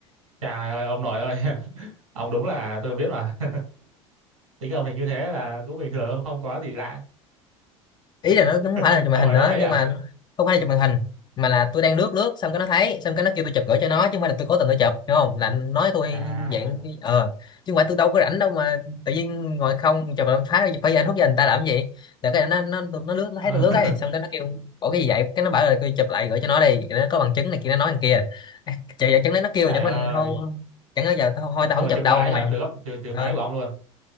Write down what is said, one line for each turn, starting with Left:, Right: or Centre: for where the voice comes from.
Right: trời ơi ông nội ơi <laughs> ông đúng là tôi biết mà <laughs> tính ông thì như thế là cũng bình thường không có gì lạ
Left: ý
Right: <laughs>
Left: là nó cũng không phải
Right: xong
Left: là chụp màn hình
Right: rồi
Left: nữa
Right: nó thấy
Left: nhưng
Right: à
Left: mà không phải là chụp màn hình mà là tôi đang lướt lướt xong cái nó thấy xong cái nó kêu tôi chụp gửi cho nó chứ không phải là tôi cố tình tôi chụp đúng không là nói tôi
Right: à
Left: dạng ờ chứ không phải tôi đâu có rảnh đâu mà tự nhiên ngồi không chụp làm phá phải giờ anh hút giờ người ta làm cái gì là cái nó nó nó, nó lướt nó
Right: ờ,
Left: thấy tôi lướt
Right: <laughs>
Left: ấy xong cái nó kêu bỏ cái gì vậy cái nó bảo là tôi chụp lại gửi cho nó đi nó có bằng chứng này kia nó nói thằng kia à, trời giờ chẳng lẽ nó kêu
Right: trời
Left: chẳng mình
Right: ơi
Left: thôi chẳng lẽ giờ thôi, thôi
Right: xong
Left: tao không
Right: rồi
Left: chụp
Right: chụp
Left: đâu
Right: lại
Left: mày
Right: hả từ góc từ từ
Left: Ờ
Right: máy của ông luôn